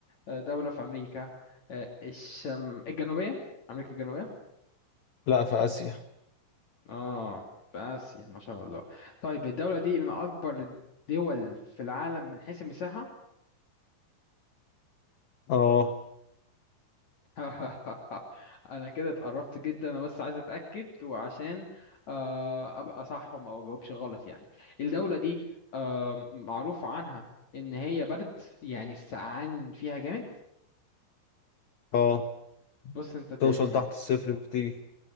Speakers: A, on the left; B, on the left.
A: آه، دولة في امريكا آه، الشم الجنوبية امريكا الجنوبية
B: لا في آسيا
A: اه في اسيا ما شاء الله طيب الدولة دي من اكبر الدول في العالم من حيث المساحة
B: اه
A: <laughs> انا كده اتقربت جدا انا بس عايز اتاكد وعشان آه، ابقى صح وما اجاوبش غلط يعني الدوله دي آه، معروف عنها ان هي برد يعني السقعان فيها جامد
B: اه
A: بص انت تقد
B: توصل
A: يعني
B: تحت الصفر بكتير